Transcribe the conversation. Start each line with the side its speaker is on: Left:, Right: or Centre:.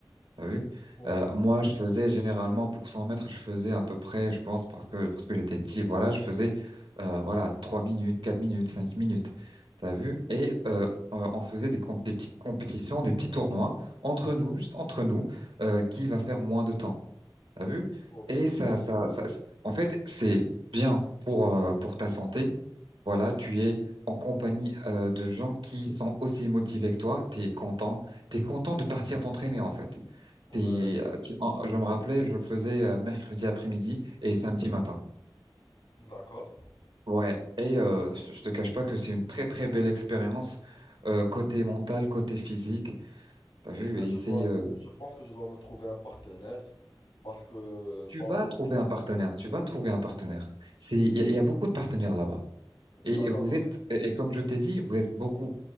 Right: T'as vu?
Left: Ok.
Right: Euh, moi, je faisais généralement pour 100 mètres, je faisais à peu près, je pense, parce que parce que j'étais petit, voilà, je faisais euh, voilà 3 minutes, 4 minutes, 5 minutes. T'as vu? Et euh, euh, on faisait des, comp- des petites compétitions, des petits tournois entre nous, juste entre nous, euh, qui va faire moins de temps. T'as vu?
Left: Ok,
Right: Et
Left: du
Right: ça,
Left: coup.
Right: ça, ça, en fait, c'est bien pour euh, pour ta santé. Voilà, tu es en compagnie euh, de gens qui sont aussi motivés que toi. T'es content, t'es content de partir t'entraîner en fait.
Left: Ouais,
Right: T'es- euh, tu- en- je me rappelais, je le faisais euh, mercredi après-midi et samedi matin.
Left: d'accord.
Right: Ouais, et euh, je je te cache pas que c'est une très très belle expérience euh, côté mental, côté physique. T'as vu,
Left: En fait,
Right: et
Left: je
Right: c'est
Left: dois,
Right: euh,
Left: je pense que je dois me trouver un partenaire parce que,
Right: tu
Left: bon,
Right: vas
Left: les
Right: trouver
Left: équipes-
Right: un partenaire, tu vas trouver un partenaire. C'est il y, a il y a beaucoup de partenaires là-bas.
Left: d'accord,
Right: Et, et vous
Left: donc,
Right: êtes et, et comme je t'ai dit, vous êtes beaucoup.